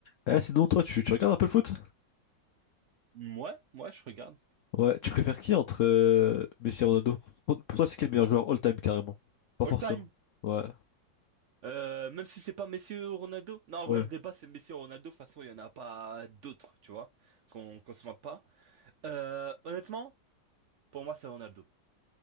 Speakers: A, on the left; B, on the right.
A: Eh, sinon, toi, tu, tu regardes un peu le foot?
B: Ouais, ouais, je regarde.
A: Ouais, tu préfères qui entre euh, Messi et Ronaldo? Pour, pour toi, c'est qui le meilleur joueur all-time carrément? Pas
B: All
A: forcément.
B: time.
A: Ouais.
B: Euh, même si c'est pas Messi ou Ronaldo. Non, en
A: Ouais.
B: vrai, le débat, c'est Messi ou Ronaldo. De toute façon, il y en a pas d'autres, tu vois, qu'on qu'on se moque pas. Euh, honnêtement, pour moi, c'est Ronaldo.